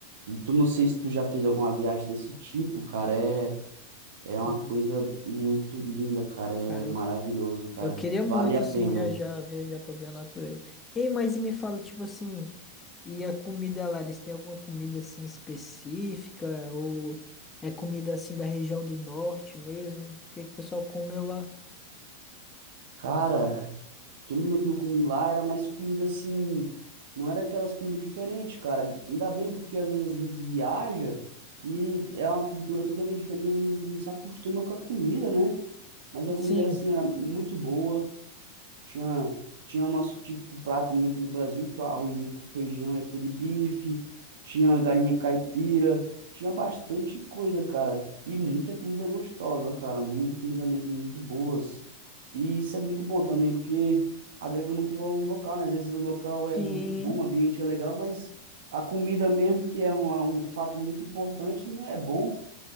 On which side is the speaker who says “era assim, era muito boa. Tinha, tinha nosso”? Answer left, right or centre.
Right